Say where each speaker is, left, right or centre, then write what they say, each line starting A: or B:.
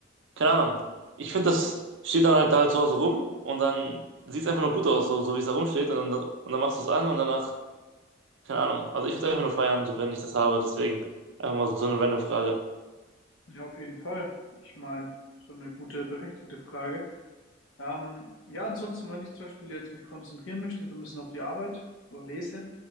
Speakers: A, on the right; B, on the left.
A: keine Ahnung. Ich finde, das steht dann halt da halt zu Hause rum und dann sieht es einfach nur gut aus, so, so wie es da rumsteht und dann, und dann machst du es an und danach, keine Ahnung. Also ich würde einfach nur feiern, so wenn ich das habe, deswegen einfach mal so, so eine random Frage.
B: Ja, auf jeden Fall. Ich meine, so eine gute, berechtigte Frage. Ähm, ja, ansonsten, wenn ich zum Beispiel jetzt mich konzentrieren möchte, so ein bisschen auf die Arbeit oder lese,